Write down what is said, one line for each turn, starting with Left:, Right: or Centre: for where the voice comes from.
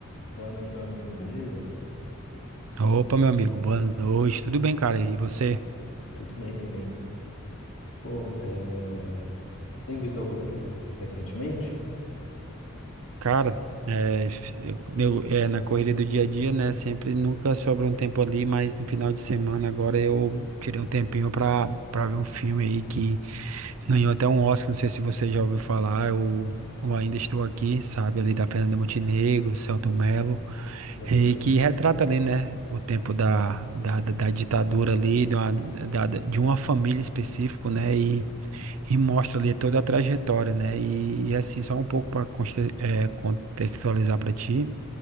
Left: Boa noite, meu amigo, beleza?
Right: Opa, meu amigo, boa noite, tudo bem, cara? E você?
Left: Tudo bem também. Pô, é, você tem visto algum filme recentemente?
Right: Cara, é, eu- meu, é, na corrida do dia a dia, né? Sempre nunca sobra um tempo ali, mas no final de semana agora eu tirei um tempinho pra, pra ver um filme aí que ganhou até um Oscar, não sei se você já ouviu falar, eu, eu ainda estou aqui, sabe? Ali da Fernanda Montenegro, Selton Mello,
Left: Muito
Right: e
Left: bonito,
Right: que
Left: filme.
Right: retrata ali, né? O tempo da, da, da da ditadura ali, de uma, da, da- de uma família específica, né? E E mostra ali toda a trajetória, né? E, e assim, só um pouco para contextualizar para ti,